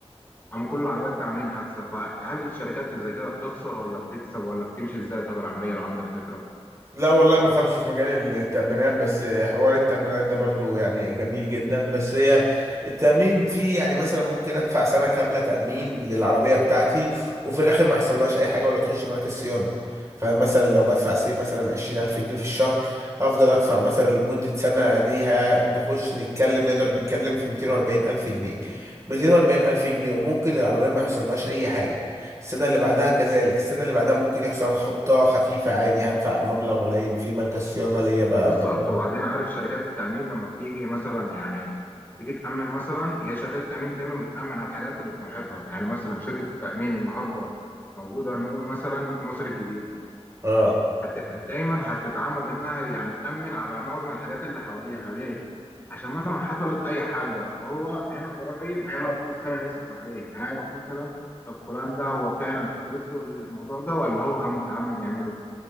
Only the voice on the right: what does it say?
لا والله ما فهمش في مجال التأمينات بس حوار التأمينات ده برضو يعني جميل جدا بس هي التأمين فيه يعني مثلا ممكن أدفع سنة كاملة تأمين للعربية بتاعتي وفي الآخر ما يحصلهاش أي حاجة ولا تخش مراكز صيانة فمثلا لو بدفع سي مثلا عشرين ألف جنيه في الشهر هفضل أدفع مثلا لمدة سنة ديها نخش نتكلم نقدر نتكلم في ميتين وأربعين ألف جنيه ميتين وأربعين ألف جنيه وممكن العربية ما يحصلهاش أي حاجة السنة اللي بعدها كذلك السنة اللي بعدها ممكن يحصل خبطة خفيفة عادي هدفع مبلغ قليل في مركز صيانة ليا ب-
بخلي
اه